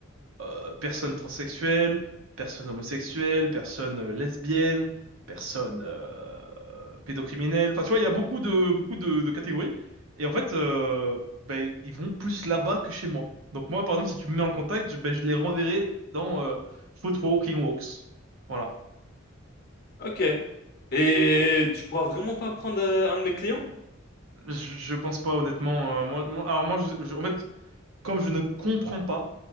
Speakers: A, on the right (about 80°); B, on the left (about 50°).
A: euh, personne transsexuelle, personne homosexuelle, personne euh, lesbienne, personne euh, pédocriminelle. Enfin, tu vois, il y a beaucoup de beaucoup de, de catégories. Et en fait, euh, ben, ils vont plus là-bas que chez moi. Donc moi, par exemple, si tu me mets en contact, je, ben, je les renverrai dans euh, Footwalking Walks. Voilà.
B: Ok. Et tu pourras vraiment pas prendre euh, un de mes clients?
A: Je, je pense pas, honnêtement. euh, moi, moi- alors moi, je- je- en fait, comme je ne comprends pas,